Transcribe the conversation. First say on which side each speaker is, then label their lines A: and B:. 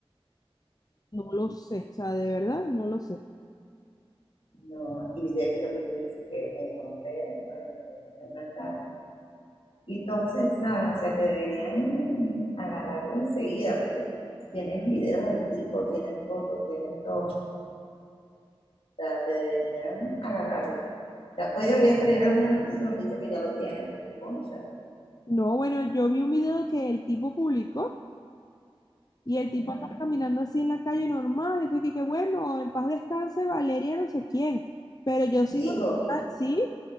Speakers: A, on the left; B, on the left.
A: No lo sé, o sea, de verdad, no lo sé.
B: No, y, de, y lo que tú dices, que el hombre, ay, no, tiene una cara. Y Entonces, ¿sabes? O sea, que deberían agarrarlo enseguida, porque tienen videos del tipo, tienen fotos, tienen todo. sea, que deberían agarrarlo. O sea, hoy debería salir alguna noticia donde dice que ya lo tienen, porque concha.
A: No, bueno, yo vi un video que el tipo publicó. Y el tipo
B: Ajá.
A: anda caminando así en la calle normal. Y tú dices que bueno, en paz descanse Valeria, no sé quién. Pero yo sigo
B: Digo,
A: normal, sí,